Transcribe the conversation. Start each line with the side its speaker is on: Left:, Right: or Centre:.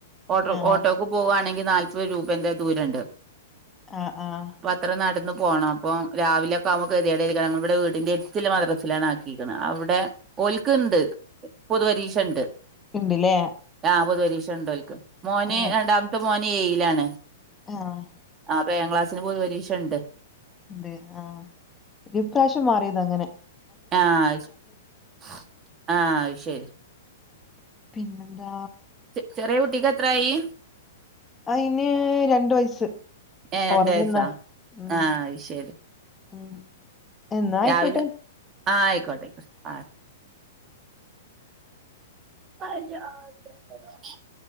Right: ഓട്ടോ
Left: ആഹ്
Right: ഓട്ടോക്ക് പോവാണെങ്കി നാല്പ്പത് രൂപന്റെ ദൂരണ്ട്.
Left: ആഹ് ആഹ്
Right: എത്ര നടന്ന് പോണം അപ്പം രാവിലൊക്കാവുമ്പൊ കെതിയേടല്ലെയ്ക്കാരം ഇവ്ടെ വീടിന്റെട്ത്ത്ള്ള മദ്രസിലാണാക്കീക്ക്ണ് അവ്ടെ ഓൽക്ക്ണ്ട് പൊതു പരീക്ഷണ്ട്
Left: ഇണ്ട്ലേ
Right: ആഹ് പെതുപരീക്ഷണ്ടോൽക്ക് മോന്
Left: ആഹ്
Right: രണ്ടാമത്തെ മോന് ഏഴിലാണ്.
Left: ആഹ്
Right: ആഹ് അപ്പൊ ഏയാ ക്ലാസിന് പൊതു പരീക്ഷണ്ട്.
Left: എന്ത് ആഹ് ഇപ്രാവ്ശ്യം മാറിതാ ഇങ്ങനെ
Right: ആഹ് <unintelligible> ആഹ് അയ്ശരി.
Left: പിന്നെന്താ
Right: ചെ ചെറ്യേ കുട്ടിക്കെത്രായി?
Left: അയ്ന് രണ്ട് വയസ്സ്
Right: ഏ രണ്ട്
Left: ഒറങ്ങ്ന്നു
Right: വയസ്സാ
Left: ഉം
Right: ആഹ് അത് ശരി
Left: ഉം എന്നാ അയ്ക്കോട്ടെ
Right: രാവിലെ ആഹ് ആയിക്കോട്ടെ ആയിക്കോട്ടെ <unintelligible>